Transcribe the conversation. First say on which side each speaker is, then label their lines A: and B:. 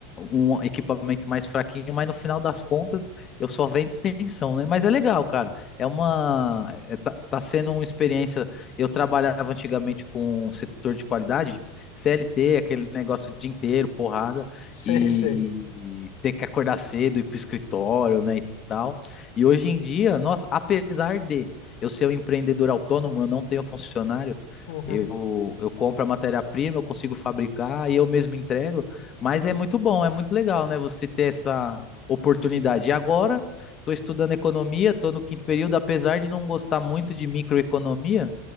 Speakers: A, on the left (about 25°); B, on the left (about 60°).
A: um equipamento mais fraquinho, mas no final das contas eu só vendo extensão, né? Mas é legal, cara. É uma é, tá, tá sendo uma experiência. Eu trabalhava antigamente com o setor de qualidade, CLT, aquele negócio o dia inteiro, porrada,
B: Sei,
A: e
B: sei.
A: ter que acordar cedo ir pro escritório, né? E tal. E hoje em dia, nossa, apesar de eu ser um empreendedor autônomo, eu não tenho funcionário.
B: Uhum,
A: Eu, eu compro a matéria-prima, eu consigo fabricar e eu mesmo entrego, mas é muito bom, é muito legal, né? Você ter essa oportunidade. E agora, estou estudando economia, estou no quinto período, apesar de não gostar muito de microeconomia,